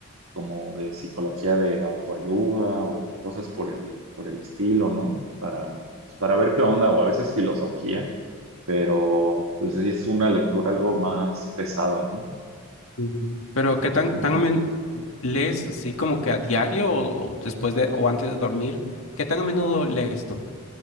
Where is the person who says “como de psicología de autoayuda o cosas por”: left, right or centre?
Right